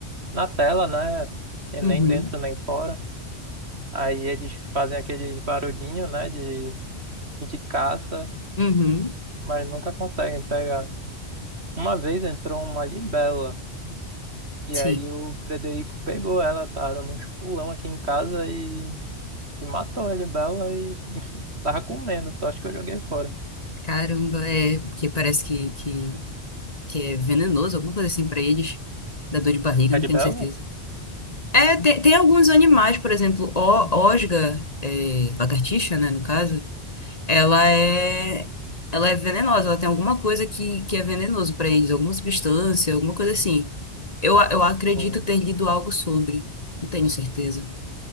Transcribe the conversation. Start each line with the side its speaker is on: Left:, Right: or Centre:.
Right: na tela, né? E
Left: Uhum,
Right: nem dentro nem fora. Aí eles fazem aqueles barulhinhos, né? De, de caça,
Left: uhum,
Right: mas nunca conseguem pegar. Uma vez entrou uma libela, e
Left: sim.
Right: aí o Frederico pegou ela, tava dando uns pulão aqui em casa e. E matou a Libela e <laughs> tava comendo, só acho que eu joguei fora.
Left: Caramba, é, porque parece que, que, que é venenoso, alguma coisa assim pra eles. Dá dor de barriga,
Right: A
Left: não
Right: Libela?
Left: tenho certeza. É, tem, tem alguns animais, por exemplo, o, osga, é, lagartixa, né, no caso, ela é, ela é venenosa, ela tem alguma coisa que, que é venenoso pra eles, alguma substância, alguma coisa assim. Eu, a- eu acredito
Right: Hum,
Left: ter lido algo sobre, não tenho certeza.